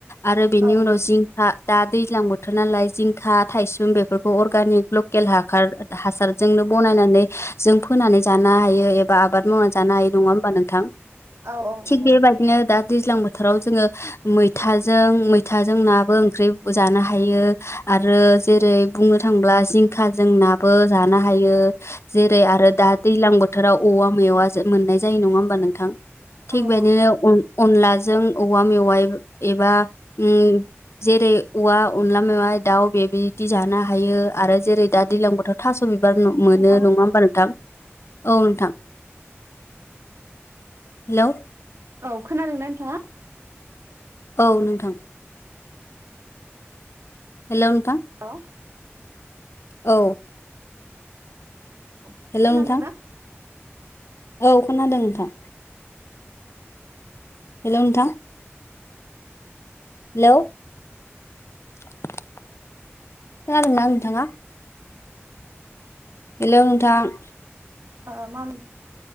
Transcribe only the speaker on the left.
आरो बेनि
उनाव जिंखा दा दैज्लां बोथोर। नालाय जिंखा, थायसुम बेफोरखौ अरगानिक लकेल हासार हासारजोंनो बनायनानै। जों फोनानै जानो हायो एबा। बा आबाद मावनानै जानो हाय नङा होमबा नोंथां
थिग बेबायदिनो दा दैज्लां बोथोराव जोङो। मैथाजों मैथाजों नाबो ओंख्रि जानो हायो आरो जेरै। बुंनो थांब्ला जिंखा जोंनाबो जानो हायो। जेरै आरो
दा दैज्लां बोथोराव औवा मैवा मोननाय जायो नङा होमबा नोंथां। थिग
बेदिनो अनलाजों औवा मेवाइ एबा उम। जेरै औवा अनला मेवा दाउ बेबायदि जानो हायो आरो जेरै दा दैज्लां बोथोर थास' बिथ्रि। मोनो
नङा होमबा नोंथां औ नोंथां। हेलौ
औ नोंथां। हेल नोंथां।
औ।
हेलौ
नोंथां औ खोनादों नोंथां। हेल' नौंथां। हेलौ खोनादों ना नोंथाङा। हेल' नोंथां।